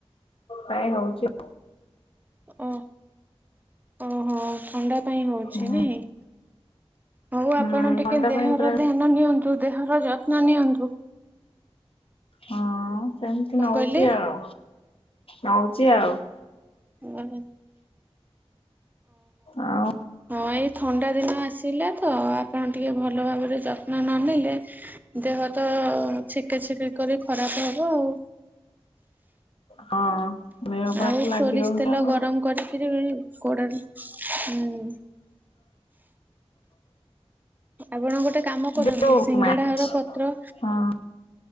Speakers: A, on the left; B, on the right.
A: କାଇଁ ହଉଛି
B: ଓ ଓହୋ ଥଣ୍ଡା ପାଇଁ ହଉଛି
A: ହୁଁ
B: ନାଇଁ। ହଉ ଆପଣ
A: ହୁଁ
B: ଟିକେ
A: ଥଣ୍ଡା
B: ଦେହର
A: ପାଇଁ ପୁରା
B: ଧ୍ୟାନ ନିଅନ୍ତୁ ଦେହର ଯତ୍ନ ନିଅନ୍ତୁ।
A: ହଁ ସେମିତି
B: କଣ
A: ନଉଛି
B: କହିଲେ?
A: ଆଉ ନଉଛି ଆଉ।
B: ହୁଁ
A: ଆଉ
B: ହଁ ଏଇ ଥଣ୍ଡା ଦିନ ଆସିଲା ତ ଆପଣ ଟିକେ ଭଲ ଭାବରେ ଯତ୍ନ ନ ନେଲେ। ଦେହ ତ ଛିକେ ଛିକେ କରି ଖରାପ ହବ ଆଉ।
A: ହଁ ଦେହ ପା
B: ଆଉ
A: ତ
B: ସୋରିଷ୍
A: ଲାଗି ରହୁଛି
B: ତେଲ
A: ଆଉ
B: ଗରମ କରିକିରି। ଗୋଡ଼ରେ ହୁଁ ଆପଣ ଗୋଟେ କାମ କରନ୍ତୁ
A: ଯୋଉ
B: ସିଙ୍ଗେଡା
A: ମାଛ
B: ହର ପତ୍ର
A: ହଁ